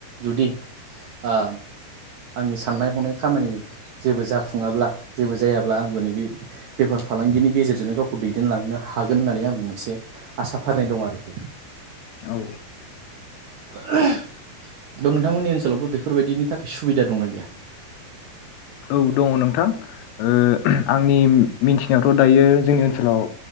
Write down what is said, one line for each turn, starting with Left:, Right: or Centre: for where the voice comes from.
Right: जुदि आ आंनि साननाय हनाय खामानि जेबो जाफुङाब्ला जेबो जायाब्ला आंबो नैबे बेफार फालांगिनि गेजेरजोंनो गावखौ दैदेनलांनो हागोन होननानै आंबो मोनसे आसा फारिनाय दं आरोखि।
Left: औ।
Right: <unintelligible> द नोंथांमोननि ओनसोलावबो बेफोरबायदिनि थाखाय सुबिदा दंना गैया?
Left: औ दङ नोंथां ओ आंनि म-मिथिनायावथ' दायो जोंनि ओनसोलाव